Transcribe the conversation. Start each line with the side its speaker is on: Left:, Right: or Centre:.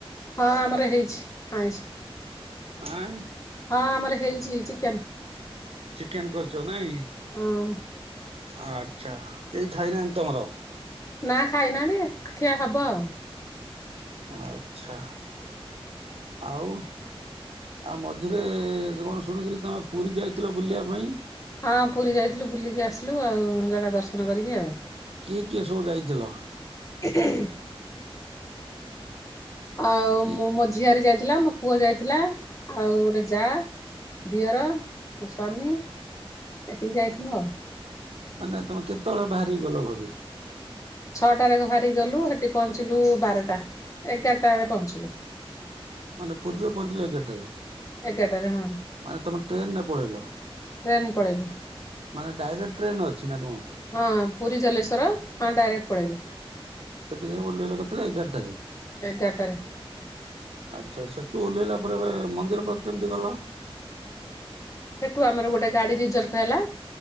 Left: ହଁ ଆମର ହେଇଛି ଆଇଁସ।
Right: ଆଁ ଆ।
Left: ହଁ ଆମର ହେଇଛି ଚିକେନ।
Right: ଚିକେନ କରୁଛ ନାଇଁ?
Left: ହଁ ଅଁ।
Right: ଆଛା, କେହି ଖାଇନାହାନ୍ତି ତମର?
Left: ନା ଖାଇନାନ୍ତି ଖିଆ ହବ ଆଉ।
Right: ଆଛା ଆଉ? ଆଉ ମଝିରେ କଣ ଶୁଣିଥିଲି, ତମେ ପୁରୀ ଯାଇଥିଲ ବୁଲିବା ପାଇଁ?
Left: ହଁ ପୁରୀ ଯାଇଥିଲୁ ବୁଲିକି ଆସିଲୁ ଆଉ, ଜଗା ଦର୍ଶନ କରିକି ଆଉ।
Right: କିଏ କିଏ ସବୁ ଯାଇଥିଲ?
Left: <unintelligible> ଆଉ
Right: କି
Left: ମୁଁ ମୋ ଝିଆରି ଯାଇଥିଲା ମ ପୁଅ ଯାଇଥିଲା, ଆଉ ଗୋଟେ ଯା, ଦିଅର, ମୋ ସ୍ୱାମୀ। ଏତିକି ଯାଇଥିଲୁ ଆଉ।
Right: ମାନେ ତମେ କେତେବେଳେ ବାହାରିକି ଗଲ ଘରୁ?
Left: ଛଅଟାରେ ବାହାରିକି ଗଲୁ, ସେଠି ପହଞ୍ଚିଲୁ ବାରଟା, ଏଗାରଟାରେ ପହଞ୍ଚିଲୁ।
Right: ମାନେ ପୁରୀ ରେ ପହଞ୍ଚିଲ ଏଗାରଟାରେ।
Left: ଏଗାରଟାରେ ହଁ
Right: ମାନେ ତମେ ଟ୍ରେନ ରେ ପଳେଇଲ।
Left: ଟ୍ରେନ ପଳେଇଲୁ।
Right: ମାନେ ଡାଇରେକ୍ଟ ଟ୍ରେନ୍ ଅଛି ନା କଣ?
Left: ହଁ ପୁରୀ ଜଲେଶ୍ଵର, ହଁ ଡାଇରେକ୍ଟ ପଳେଇଲୁ।
Right: ସେଠି ଯାଇ <unintelligible> ଏଗାରଟାରେ?
Left: ଏଗାରଟାରେ।
Right: ଆଛା, ସେଠୁ ଓହ୍ଲେଇଲା ପରେ ଏ ମନ୍ଦିର ପାଖକୁ କେମିତି ଗଲ?
Left: ସେଠୁ ଆମର ଗୋଟେ ଗାଡି ରିଜର୍ଭ ହେଲା।